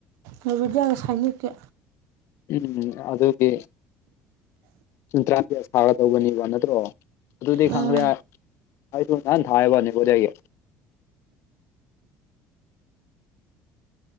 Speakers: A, on the right (about 80°); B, on the left (about 65°).
A: ꯅꯦꯕꯣꯗꯤꯌꯥꯒ ꯁꯥꯏꯅꯤꯛ ꯀꯥ
B: ꯎꯝ ꯑꯗꯨꯗꯤ ꯑꯦꯟꯇꯔꯥꯟꯁ ꯇꯦꯁꯇ ꯊꯥꯒꯥꯗꯧꯅꯦꯕ ꯅꯠꯇ꯭ꯔꯣ ꯑꯗꯨꯗꯤ
A: ꯎꯝ
B: ꯈꯪꯈ꯭ꯔꯦ ꯍꯥꯏ ꯑꯩꯁꯨ ꯅꯍꯥꯟ ꯊꯥꯌꯦꯕꯥ ꯅꯦꯕꯣꯗꯤꯌꯥꯒꯤ